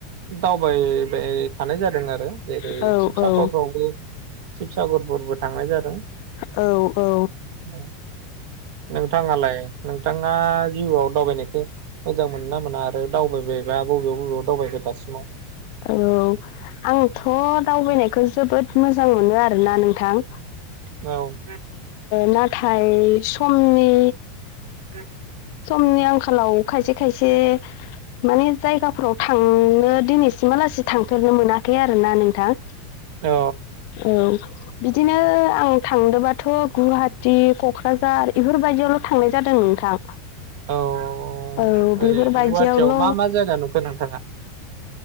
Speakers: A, on the right; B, on the left.
A: दावबायबाय थानाय जादों आरो। जेरै
B: औ
A: शिबसागरफ्रावबो
B: औ
A: शिबसागरफोरबो थांनाय जादों
B: औ औ
A: <inaudible> नोंथाङालाय नोंथां? आ जिउआव दावबायनायखो मोजां मोनो ना मोना आरो दावबायबा बबेयाव बबेयाव दावबायखो दासिमाव?
B: औ आंथ' दावबायनायखौ जोबोद मोजां मोनो आरोना नोंथां
A: औ
B: नाथाय समनि
A: <inaudible>
B: समनि आंखालाव खायसे खायसे माने जायगाफोराव थांनो दिनैसिमालासि थांफेरनो मोना खै आरोना नोंथां।
A: औ
B: औ बिदिनो आं थांदोबाथ' गुवाहाटि क'क्राझार बेफोरबायदियावल' थांनाय जादों नोंथां।
A: औ ओ ओरैनो
B: औ बेफोरबायदियावल'
A: गुवाहाटियाव मा मा जायगा नुखो नोंथाङा?